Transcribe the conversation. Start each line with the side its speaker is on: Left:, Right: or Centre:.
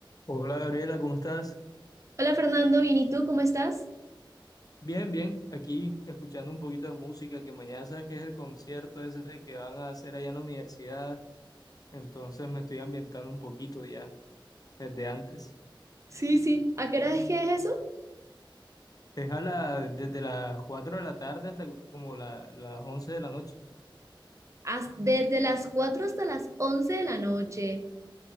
Left: Hola Gabriela, ¿cómo estás?
Right: Hola Fernando, bien, ¿y tú cómo estás?
Left: Bien, bien, aquí escuchando un poquito de música, que mañana sabes que es el concierto ese que van a hacer allá en la universidad, entonces me estoy ambientando un poquito ya desde antes.
Right: Sí, sí. ¿A qué hora es que es eso?
Left: Es a la- desde las 4 de la tarde hasta como la- las 11 de la noche.
Right: Has- desde las 4 hasta las 11 de la noche.